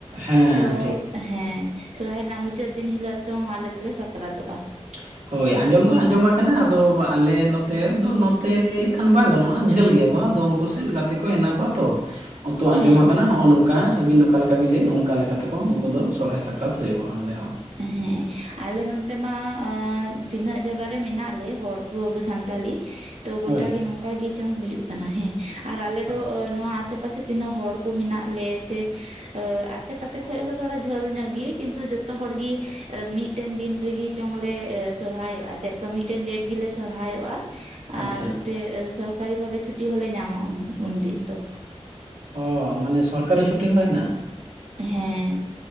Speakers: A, on the right; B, on the right.
A: ᱦᱮᱸ
B: ᱛᱚ
A: ᱴᱷᱤᱠ
B: ᱦᱮ ᱥᱚᱨᱦᱟᱭ ᱨᱮᱱᱟᱜ ᱢᱩᱪᱟᱹᱫ ᱫᱤᱱ ᱦᱤᱞᱳᱜ ᱛᱚ ᱟᱞᱮ ᱥᱟᱠᱨᱟᱛᱚᱜ-ᱟ᱾
A: <unintelligible> ᱦᱳᱭ ᱟᱸᱡᱚᱢ ᱫᱚ ᱟᱸᱡᱚᱢᱟ ᱟᱠᱟᱱᱟ ᱟᱫᱚ ᱟᱞᱮ ᱱᱚᱛᱮ ᱫᱚ ᱱᱚᱛᱮ ᱞᱟᱹᱭ ᱞᱮᱠᱷᱟᱱ ᱵᱟᱝ ᱜᱟᱱᱚᱜ-ᱟ ᱡᱷᱟᱹᱞ ᱜᱮᱭᱟ ᱠᱚᱜᱟ ᱟᱫᱚ ᱩᱱᱠᱩ ᱥᱮᱫ ᱜᱟᱛᱮ ᱠᱚ ᱮᱱᱟᱜ ᱠᱚᱣᱟ ᱛᱚ᱾ ᱚᱛᱚ ᱟᱸᱡᱚᱢ
B: ᱦᱮᱸ
A: ᱟᱠᱟᱱᱟ ᱦᱚᱜᱚ ᱱᱚᱝ ᱠᱟ ᱟᱹᱵᱤᱱ ᱚᱠᱟ ᱞᱮᱠᱟ ᱵᱤᱱ ᱞᱟᱹᱭᱮᱫ ᱚᱱᱠᱟ ᱞᱮᱠᱟ ᱞᱮᱠᱟᱛᱮᱠᱚ ᱩᱱᱠᱩ ᱫᱚ ᱥᱚᱨᱦᱟᱭ ᱥᱟᱠᱨᱟᱛ ᱦᱩᱭᱩᱜ-ᱟ ᱚᱸᱰᱮ ᱦᱚᱸ
B: ᱦᱮᱸ ᱟᱞᱮ ᱱᱛᱮ ᱢᱟ ᱛᱤᱱᱟᱹᱜ ᱟᱜ ᱛᱤᱱᱟᱜ ᱡᱟᱜᱟ ᱨᱮ ᱢᱮᱱᱟᱜ ᱞᱮ ᱦᱚᱲ ᱠᱚ ᱟᱵ ᱥᱟᱱᱛᱟᱞᱤ ᱛᱚ ᱜᱚᱴᱟ
A: ᱦᱳᱭ
B: ᱜᱮ ᱱᱚᱝᱠᱟ ᱜᱮ ᱪᱚᱝ ᱦᱩᱭᱩᱜ ᱠᱟᱱᱟ ᱦᱮᱸ ᱟᱨ ᱟᱞᱮ ᱫᱚ
A: ᱚ
B: ᱱᱚᱣᱟ ᱟᱥᱮ ᱯᱟᱥᱮ ᱛᱤᱱᱟᱹᱜ ᱦᱚᱲ ᱠᱚ ᱢᱮᱱᱟᱜ ᱞᱮ ᱥᱮ ᱟᱥᱮᱯᱟᱥᱮ ᱠᱷ ᱦᱚᱸ ᱛᱷᱚᱲᱟ ᱡᱷᱟᱹᱞ ᱧᱚᱜ ᱜᱮ ᱠᱤᱱᱛᱩ ᱡᱚᱛᱚ ᱦᱚᱲ ᱜᱤ ᱢᱤᱫᱴᱮᱱ ᱫᱤᱱ ᱨᱮᱜᱤ ᱪᱚᱝᱞᱮ ᱥᱚᱨᱦᱟᱭᱚᱜ-ᱟ ᱪᱮᱫᱞᱠᱟ ᱢᱤᱫᱴᱮᱱ ᱰᱮᱴ ᱜᱮᱞᱮ ᱥᱚᱨᱦᱟᱭᱚᱜ-ᱟ᱾
A: ᱟᱪᱪᱷᱟ
B: ᱟᱨ ᱛᱮ ᱥᱚᱨᱠᱟᱨᱤ ᱵᱷᱟᱵᱮ ᱪᱷᱩᱴᱤ ᱦᱚᱞᱮ ᱧᱟᱢᱟ ᱩᱱᱫᱤᱱ ᱫᱚ᱾
A: ᱚ ᱢᱟᱱᱮ ᱥᱚᱨᱠᱟᱨᱤ ᱪᱷᱩᱴᱤ ᱦᱚ ᱦᱮᱱᱟᱜ?
B: ᱦᱮᱸ